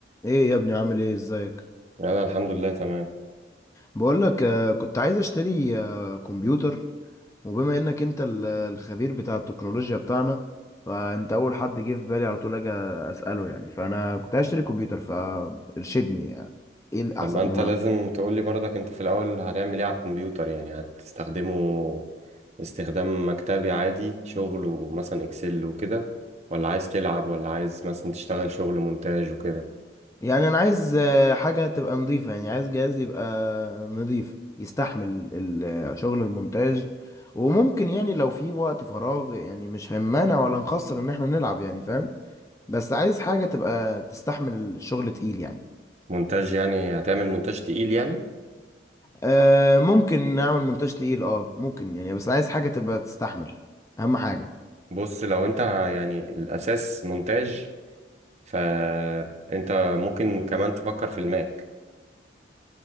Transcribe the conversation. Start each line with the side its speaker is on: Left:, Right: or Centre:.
Left: ايه يا ابني عامل ايه ازيك
Right: انا الحمد لله تمام
Left: بقول لك كنت عايز اشتري آه، كمبيوتر وبما انك انت ال- الخبير بتاع التكنولوجيا بتاعنا فانت اول حد جه في بالي على طول اجي اساله يعني فانا كنت عايز اشتري كمبيوتر فارشدني يعني ايه الاحسن
Right: طب ما انت
Left: انواعه
Right: لازم تقول لي برضك انت في الاول هتعمل ايه على الكمبيوتر يعني هتستخدمه استخدام مكتبي عادي شغل ومثلا اكسل وكده ولا عايز تلعب ولا عايز مثلا تشتغل شغل مونتاج وكده
Left: يعني انا عايز آه، حاجه تبقى نظيفه يعني عايز جهاز يبقى نظيف يستحمل ال- آه، شغل المونتاج وممكن يعني لو في وقت فراغ يعني مش هنمانع ولا نخسر ان احنا نلعب يعني فاهم بس عايز حاجة تبقى تستحمل الشغل تقيل يعني
Right: مونتاج يعني هتعمل مونتاج تقيل يعني
Left: آه ممكن نعمل مونتاج تقيل اه ممكن يعني بس عايز حاجة تبقى تستحمل اهم حاجة
Right: بص لو انت ه- يعني الاساس مونتاج فانت ممكن كمان تفكر في الماك